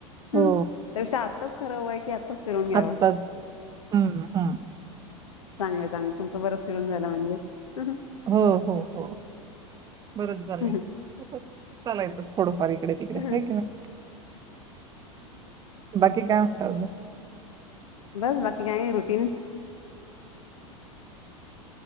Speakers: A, on the left (about 70°); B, on the right (about 20°).
A: हं.
B: हो.
A: अच्छा, आताच खरंय वय की आताच फिरून घ्यावं.
B: आत्ताच. हं, हं.
A: चांगलंय चांगलं तुमचं बरच फिरून झाला म्हणजे, हं,
B: हो हो हो बरच चाल
A: हं.
B: य चालायचंच थोडंफार इकडे तिकडे
A: हं, हं.
B: होय की नाही. बाकी काय म्हणताव,
A: बस बाकी काय रुटीन